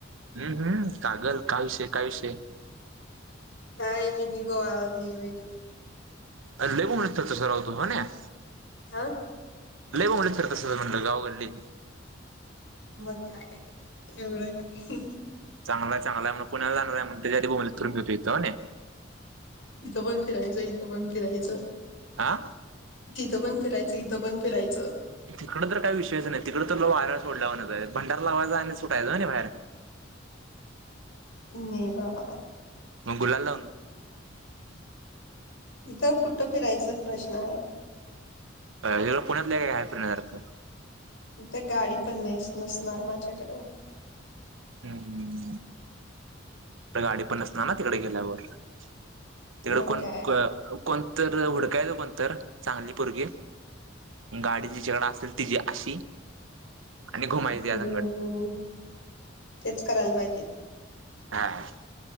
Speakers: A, on the right; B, on the left.
A: हम्म... हम्.. कागल काय विषय.. काय विषय..
B: काय मिनि गोवा <unintelligible>
A: अरे <unintelligible> <unintelligible> <unintelligible>
B: ह.
A: लय बोंबलत फिरत असतेस तू गाव गल्ली....
B: मग काय एवढं काय..
A: चांगला चांगला आहे म्हण... पुण्याला जाणार आहे म्हण... त्याच्या आधी घे बोंबलत फिरून इथं.
B: इथं पण फिरायचं... इथं पण फिरायचं..
A: हा
B: तिथं पण फिरायचं. इथं पण फिरायचं
A: तिकडं तर काय विषयच नाही तिकडं तर वाऱ्याला सोड लावूनच आहे भंडारा लावायचा आणि सुटायच हानी बाहेर
B: नाही बाबा
A: मग गुलाल लावून
B: इथं कुठं फिरायच प्रश्न आहे
A: हिकडं पुण्यात काय काय हाय फिरण्यासारखं.
B: तिथं गाडी पण नस नसणार माझ्याकडं
A: ह ह ह. गाडी पण नसणार ना तिकडे गेल्यावर तिकडे
B: मग
A: कोण
B: काय
A: क कोणतं तिथ हुडकायच कोन तर चांगली पोरगी गाडी जिच्याकडे असेल तिची अशी आणि घुमायची त्या
B: हम्म
A: संगट
B: तेच करायला पाहिजे.
A: हा.